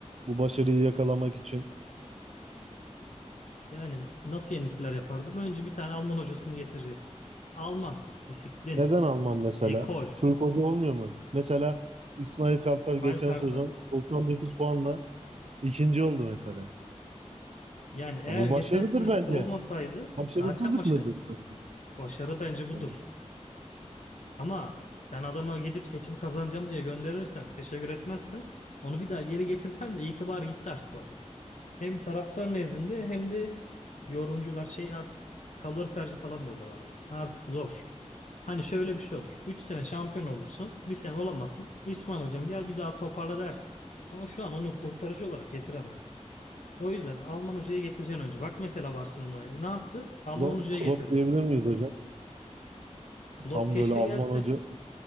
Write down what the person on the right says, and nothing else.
Bu başarıyı yakalamak için.
Neden Alman mesela?
Türk hoca olmuyor mu? Mesela İsmail Kartal geçen
sezon 99 puanla ikinci oldu mesela.
Ya bu
başarıdır
bence.
Başarısızlık
mıdır sence?
Yani
Klo-
Klopp
diyebilir miyiz hocam?
Tam
böyle Alman
hoca